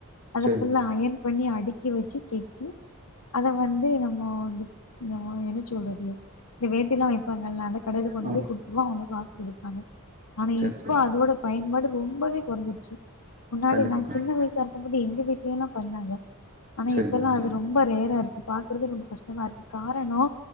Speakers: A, on the left; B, on the right.
A: அத
B: சரி
A: ஃபுல்லா
B: மேடம்
A: அயன் பண்ணி அடுக்கி வச்சு கெட்டி அத வந்து என்னமோ வந்து என்னமோ என்ன சொல்றது இந்த வேட்டில்லா வைப்பாங்கல்ல அத கடைல கொண்டு
B: ஆ
A: போய் குடுத்துருவோ அவுங்க காசு குடுப்பாங்க ஆனா
B: சரி
A: இப்போ
B: சரி
A: அதோட பயன்பாடு ரொம்பவே கொறஞ்சிருச்சு முன்னாடி
B: கண்டிப்பா
A: நா
B: கண்டிப்பா
A: சின்ன வயசா இருக்கு போது எங்க வீட்டு இதையெல்லா பண்ணாங்க ஆனா
B: சரிங்க
A: இப்ப
B: மேடம்
A: எல்லா அது
B: சரி
A: ரொம்ப ரேரா இருக்கு பாக்குறதே ரொம்ப கஷ்டமா இருக்கு காரணோ